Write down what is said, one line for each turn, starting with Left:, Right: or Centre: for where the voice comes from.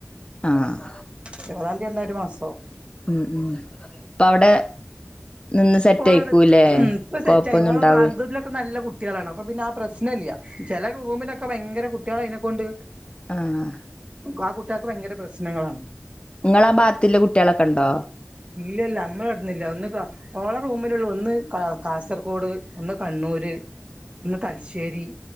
Left: ആഹ്
Right: ഇരുപതാം തീയതി എന്ന ഒരു മാസവും
Left: ഉം ഉം ഇപ്പ അവിടെ നിന്ന് സെറ്റ്
Right: ഇപ്പോള
Left: ആയിക്കൂല്ലേ
Right: ഇപ്പൊ സെറ്റയി
Left: കൊഴപ്പൊന്നും
Right: ഓളക്സത്തിലൊക്കെ
Left: ഉണ്ടാവൂ
Right: നല്ല കുട്ടി കുട്ടികളാണ് അപ്പൊ പിന്നെ ആഹ് പ്രശ്നംമല്ല ചില റൂമിലൊക്കെ ഭയങ്കര കുട്ടികള അതിനെക്കൊണ്ട്
Left: ആഹ്
Right: ആഹ് കുട്ടികക്ക് ഭയങ്കര പ്രശ്നങ്ങളാണ്
Left: നിങ്ങള ആഹ് ഭാഗത്തി കുട്ടികളൊക്കെ ഉണ്ടോ
Right: ഇല്ല ഇല്ല നമ്മളടന്നില്ല ഒന്നക്ക ഓള റൂമിലുള്ള ഒന്ന് കാ കാസർകോഡ് ഒന്ന് കണ്ണൂർ ഒന്ന് തലശ്ശേരി